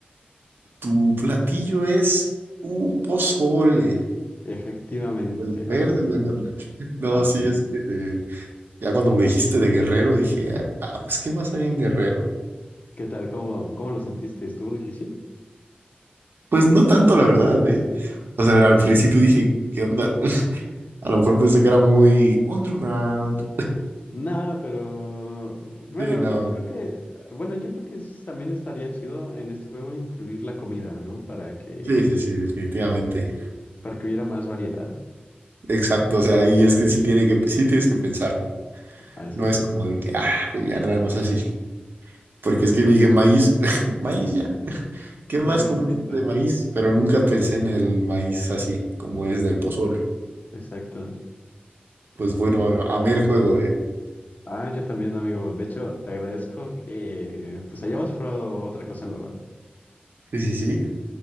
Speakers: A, on the right; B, on the left.
A: Tu platillo es un pozole,
B: efectivamente,
A: el verde,
B: amigo.
A: el blanco. el- No,
B: Así.
A: sí, es que eh, ya cuando me dijiste de Guerrero dije, ah, pues, ¿qué más hay en Guerrero?
B: ¿Qué tal? ¿Cómo, cómo lo sentiste? ¿Estuvo difícil?
A: Pues no tanto, la verdad, eh. O sea, al principio dije, ¿qué onda? <laughs> A lo mejor pensé que era muy underground.
B: No, pero bueno,
A: Sí, no.
B: creo que, bueno, yo creo que es- también estaría chido en este juego incluir la comida, ¿no? Para que,
A: Sí, sí, sí, definitivamente.
B: para que hubiera más variedad.
A: Exacto, o sea, y es que sí tiene que, sí tienes que pensar.
B: Así
A: No
B: es,
A: es como de que, ah, pues ya nada más así. Porque es que yo dije maíz, <laughs> maíz ya. ¿Qué
B: un
A: más
B: momentito.
A: conozco de maíz? Pero nunca pensé en el maíz así, como es del pozole.
B: Exacto.
A: Pues bueno, amé el juego, eh.
B: Ah, yo también, amigo. De hecho, te agradezco que pues hayamos probado otra cosa nueva.
A: Sí, sí, sí.